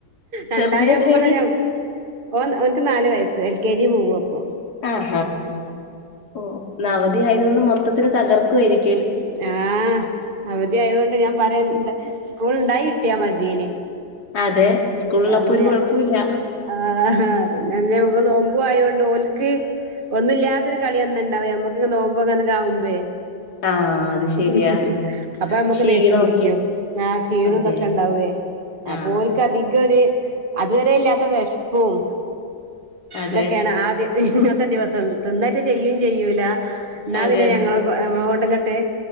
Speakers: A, on the right (about 30°); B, on the left (about 55°).
A: രണ്ടായാമ്മള്
B: ചെറുതിന് എത്രയായി
A: ഓ ഓന്ക്ക് നാല് വയസ്സ് എൽ കെ ജി പോവ്യാ പ്പൊ
B: ആ ഓ അവധി ആയത് കൊണ്ട് മൊത്തത്തില് തകർക്കുായിരിക്കും
A: ആഹ് അവധി ആയതോണ്ട് ഞാൻ പറയനിണ്ട്. സ്കൂൾ ഇണ്ടായി കിട്ടിയാ മത്യോനി
B: അതെ സ്കൂളുള്ളപ്പോ
A: അ അന്ന്
B: ഒരു കുഴപ്പമില്ല
A: ആഹ് ആ പിന്നെ അന്ന് നമുക്ക് നോമ്പു ആയ ഓല്ക്ക് ഒന്നുല്ലാത്തൊരു കളി അന്ന് ണ്ടാവും നമ്മക്ക നോുമ്പോ അങ്ങനെ കാവുമ്പേ
B: ആ..... അത് ശരിയാ
A: ഹ് ഹ് ഹ് അപ്പൊ നമ്മുക്ക്
B: ക്ഷീണമൊക്കെ
A: ദേഷ്യം പിടിക്കും! ആ് ക്ഷീണം
B: അതെ
A: തൊക്കെ ഉണ്ടാവ്യൂ അപ്പോൽക്ക്
B: ആ
A: അധി കൊര് അതുവരെ ഇല്ലാത്ത വിഷപ്പും,
B: അതെ
A: ഇതൊക്കെയാണ് ആദ്യ ഇ ത്തെ ദിവസം തിന്നിട്ട് ചെയ്യും ചെയ്യൂല ഇന്നാ
B: അതെ
A: പിന്നെ
B: അതെ
A: ഞങ്ങള നമ്മ കൊണ്ടുംങ്ങ്ട്ട്